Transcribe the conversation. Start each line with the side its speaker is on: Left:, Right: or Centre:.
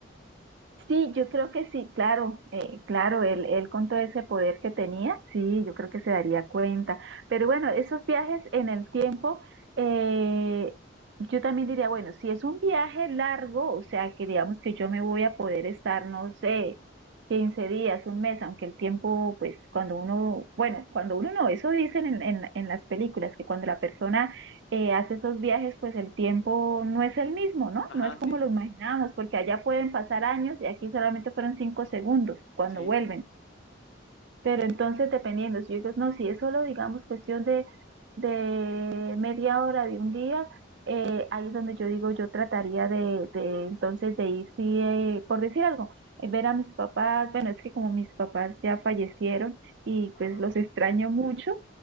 Right: Sí, yo creo que sí, claro, eh, claro, él, él con todo ese poder que tenía, sí, yo creo que se daría cuenta. Pero bueno, esos viajes en el tiempo, eh, yo también diría, bueno, si es un viaje largo, o sea, que digamos que yo me voy a poder estar, no sé, 15 días, un mes, aunque el tiempo, pues cuando uno, bueno, cuando uno no, eso dicen en, en, en las películas, que cuando la persona eh, hace esos viajes, pues el tiempo no es el mismo, ¿no?
Left: Ajá,
Right: No es como
Left: sí,
Right: lo imaginábamos, porque allá pueden pasar años y aquí solamente fueron cinco segundos cuando
Left: sí.
Right: vuelven. Pero entonces, dependiendo, si yo digo, no, si es solo, digamos, cuestión de, de media hora, de un día, eh, ahí es donde yo digo, yo trataría de, de entonces de ir, sí, eh, por decir algo, eh, ver a mis papás, bueno, es que como mis papás ya fallecieron y
Left: Ah,
Right: pues los
Left: ok.
Right: extraño mucho,